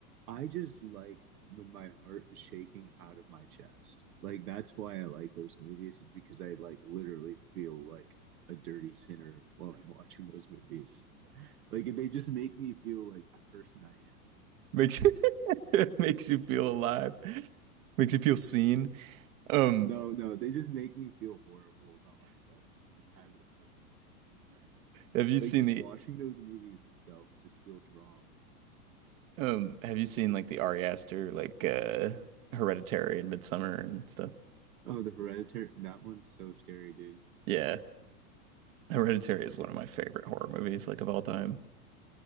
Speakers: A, on the right; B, on the right.
A: I just like when my heart is shaking out of my chest. Like that's why I like those movies is because I like literally feel like a dirty sinner while I'm watching those movies. Like they just make me feel like the person I am.
B: makes <laughs> makes you feel alive, makes you feel seen. Um,
A: No,
B: <laughs>
A: no, they just make me feel horrible about myself, like as a person.
B: have you seen
A: Like just
B: the?
A: watching those movies itself just feels wrong.
B: Um, have you seen like the Ari Aster, like uh Hereditary and Midsummer and stuff?
A: Oh, the Hereditary, that one's so scary, dude.
B: Yeah. Hereditary is one of my favorite horror movies, like of all time.